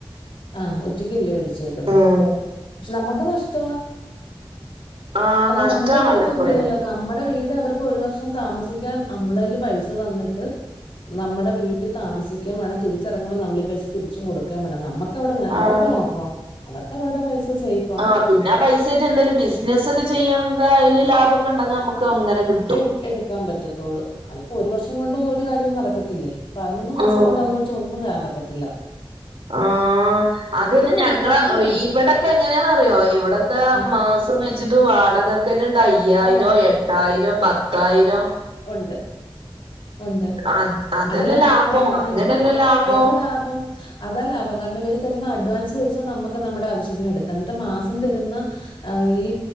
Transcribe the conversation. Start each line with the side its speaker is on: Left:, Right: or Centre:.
Left: ആഹ് ഒറ്റിക്കല്ലേ മേടിച്ചേക്കുന്നേ.
Right: ഉം
Left: പക്ഷെ നമുക്ക് നഷ്ടവാ
Right: ആഹ്
Left: കാരണം
Right: നഷ്ടാണല്ലോ
Left: നമുക്കതിന്റെത്തൊന്നുംല്ലല്ലോ
Right: ഇപ്പഴേ
Left: നമ്മുടെ വീട് അവർക്ക്. ക്കൊരു വർഷം താമസിക്കാൻ നമ്മളെല് പൈസ തന്നിട്ട്. നമ്മുടെ വീട്ടി താമസിക്കേം വേണം. തിരിച്ചെറങ്ങുമ്പോ നമ്മളീ പൈസ തിരിച്ചു കൊടുക്കേം വേണം. നമ്മക്ക് ക്കവിടെ
Right: ആഹ്
Left: അവർക്ക് ലാഫവാ അവർക്ക് അവരുടെ പൈസ സേഫ്.
Right: ആ പിന്നെ ആ പൈസേട്ട് എന്തെങ്കിലും ബിസിനസ്സക്കെ ചെയ്യണെങ്കി അയില് ലാഭോക്കെണ്ടെങ്കി നമുക്ക് അങ്ങനെ കി
Left: എടു എടുക്കാൻ പറ്റത്തുള്ളൂ അതിപ്പോ ഒരു വർഷം കൊണ്ട് ഒരു കാര്യോം നടക്കത്തില്ലേ. പതിനൊന്ന് മാസം
Right: ആഹ്
Left: കൊണ്ട് അത് പക്ഷ ഒന്നും കടക്കത്തില്ല.
Right: ആഹ്. ആ അതൊന്ന
Left: കൊടുക്കുകയാണെങ്കിൽ
Right: ഞങ്ങള
Left: നമുക്ക്
Right: ഇവിടൊക്കെ എങ്ങനെയാന്ന്റിയോ ഇവിടൊക്കെ
Left: ആ
Right: മാസം വെ ച്ചിട്ട് വാടകക്കന്നെണ്ട് അയ്യായിരോം,
Left: ആ
Right: എട്ടായിരോം, പത്തായിരോം.
Left: ഒണ്ട്. ഒണ്ട്
Right: അത് അതല്ല
Left: അങ്ങനെ
Right: ലാഭം
Left: കൊടുക്കാനാണെങ്കി
Right: അങ്ങനെയല്ല ലാഭം
Left: അതാ ലാഭം. അതാ ലാഭം കാരണം ഇവര് തരുന്ന അഡ്വാൻസ് പൈസ നമുക്ക് നമ്മുടെ ആവശ്യത്തിന് എടുക്കാം. എന്നിട്ട് മാസം തരുന്ന. ആ ഈ